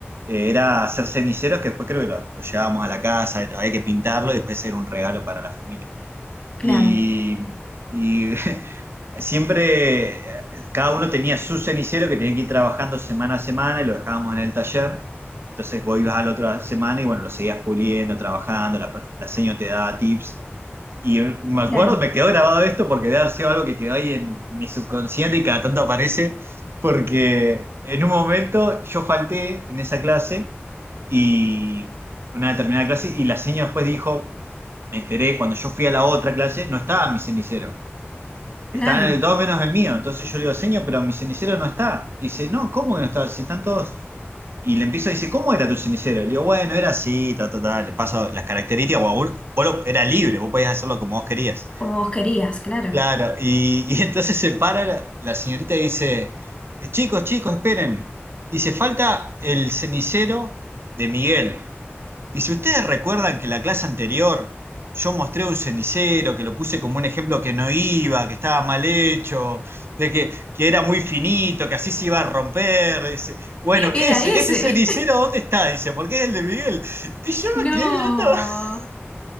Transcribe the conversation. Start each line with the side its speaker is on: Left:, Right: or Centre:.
Right: Eh, era hacer ceniceros que después creo que lo, lo llevábamos a la casa, había que pintarlo y después era un regalo para la familia
Left: claro,
Right: y, y <laughs> siempre eh, cada uno tenía su cenicero que tenía que ir trabajando semana a semana y lo dejábamos en el taller. Entonces vos ibas a la otra semana y bueno, lo seguías puliendo, trabajando, la, la seño te daba tips. Y me acuerdo,
Left: claro,
Right: me quedó grabado esto porque debe haber sido algo que quedó ahí en mi subconsciente y cada tanto aparece, porque en un momento yo falté en esa clase y una determinada clase y la señora después dijo, me enteré, cuando yo fui a la otra clase no estaba mi cenicero, estaba
Left: claro,
Right: en el todo menos el mío. Entonces yo le digo, señor, pero mi cenicero no está. Y dice, no, ¿cómo que no está? Si están todos... Y le empiezo a decir, ¿cómo era tu cenicero? Le digo, bueno, era así, ta, ta, ta, le paso las características, guau, vos, vos lo- era libre, vos podías hacerlo como vos querías.
Left: como vos querías, claro.
Right: Claro, y, y <laughs> entonces se para la, la señorita y dice, "Eh, chicos, chicos, esperen. Dice, falta el cenicero de Miguel. Dice, ¿ustedes recuerdan que la clase anterior yo mostré un cenicero, que lo puse como un ejemplo que no iba, que estaba mal hecho, de que, que era muy finito, que así se iba a romper? Dice, bueno,
Left: <laughs> Era
Right: ese,
Left: ese.
Right: ese cenicero, ¿dónde está? Dice, porque es el de Miguel. Y
Left: <laughs>
Right: yo
Left: No.
Right: me quedé mirando. <laughs>